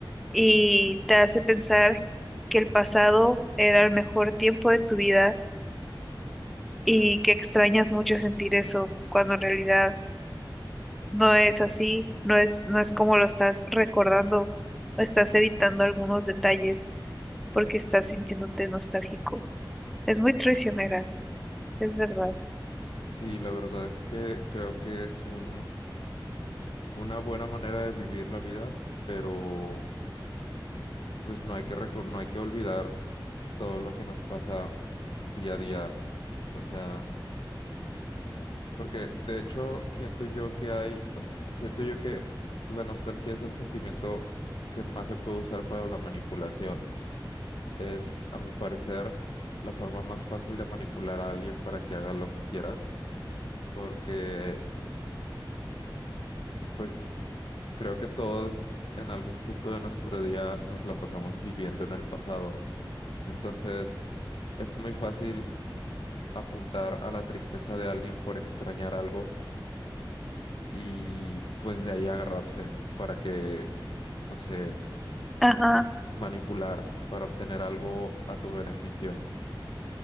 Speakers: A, in the centre; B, on the left (about 80°).
A: y te hace pensar que el pasado era el mejor tiempo de tu vida y que extrañas mucho sentir eso cuando en realidad No es así, no es, no es como lo estás recordando, estás evitando algunos detalles porque estás sintiéndote nostálgico. Es muy traicionera, es verdad.
B: Sí, la verdad es que creo que es un, una buena manera de vivir la vida, pero pues no hay que reco- no hay que olvidar todo lo que nos pasa día a día. O sea, porque de hecho siento yo que hay, o s- siento yo que la nostalgia es el sentimiento que más se puede usar para la manipulación. Es, a mi parecer, la forma más fácil de manipular a alguien para que haga lo que quieras, porque pues Creo que todos en algún punto de nuestro día nos la pasamos viviendo en el pasado. Entonces, es muy fácil apuntar a la tristeza de alguien por extrañar algo y pues de ahí agarrarse para que, no sé,
A: Ajá,
B: manipular para obtener algo a tu beneficio.